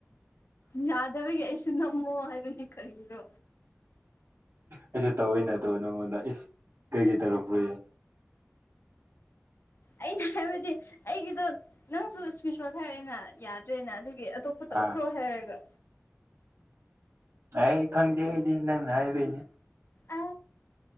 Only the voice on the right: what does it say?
ꯑꯩꯁꯨ ꯇꯧꯋꯤ ꯅꯠꯇꯦ ꯗꯣ ꯅꯪꯉꯣꯟꯗ ꯏꯁ ꯀꯩꯒꯤꯩ ꯇꯧꯔꯛꯂꯣꯏ ꯌꯥ
ꯑꯥ
ꯑꯩ ꯑꯩ ꯈꯪꯗꯦ ꯑꯩꯗꯤ ꯅꯪꯅ ꯍꯥꯏꯕꯩꯅꯦ